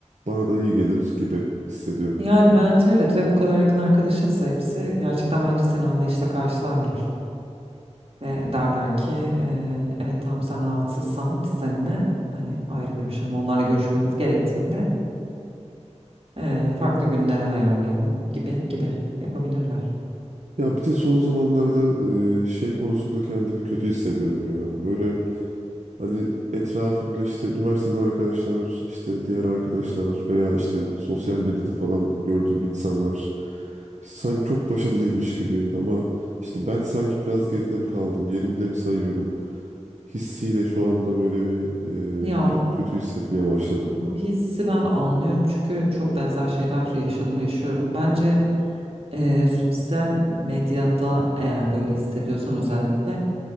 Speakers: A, on the right (about 75°); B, on the right (about 50°).
A: bana da iyi gelir gibi hissediyorum.
B: Yani bence evet ve bu kadar yakın arkadaşınsa hepsi gerçekten bence seni anlayışla karşılarlar. Ve derler ki eee, evet tamam sen rahatsızsan biz seninle hani ayrı görüşelim. Onlarla görüşmemiz gerektiğinde eee, farklı günlere ayarlayalım gibi gibi yapabilirler.
A: Ya bir de son zamanlarda e, şey konusunda kendimi kötü hissediyorum ya. Böyle Hani etrafımda işte üniversiteden arkadaşlar, işte diğer arkadaşlar veya işte sosyal medyada falan gördüğüm insanlar sanki çok başarılıymış gibi ama işte ben sanki biraz geride mi kaldım, yerimde mi sayıyorum hissiyle şu anda böyle bir
B: Ya
A: e, kötü, kötü hissetmeye başladım.
B: bu hissi ben anlıyorum çünkü çok benzer şeyler yaşadım yaşıyorum. Bence eee, sosyal medyada eğer böyle hissediyorsan özellikle